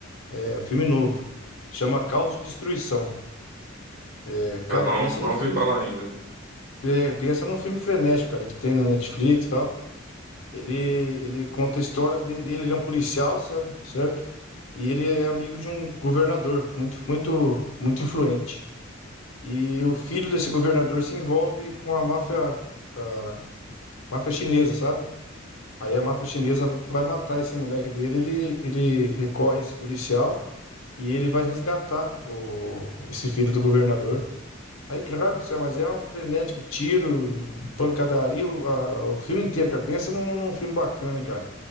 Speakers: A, on the left; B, on the right.
A: é um filme novo. Chama Caos de Destruição. É, cara,
B: Eu não,
A: pensa num
B: não ouvi
A: filme.
B: falar ainda.
A: é, pensa num filme frenético, cara. Ele tem na Netflix e tal. Ele, ele conta a história dele, ele é um policial, sabe? Certo? E ele é amigo de um governador muito, muito, muito influente. E o filho desse governador se envolve com a máfia, com a máfia chinesa, sabe? Aí a máfia chinesa vai matar esse moleque dele, ele, ele recorre a esse policial e ele vai resgatar o, esse filho do governador. Aí, cara do céu, mas é um frenético tiro, pancadaria, o, a- o filme inteiro, cara. Pensa num, num num filme bacana, hein, cara.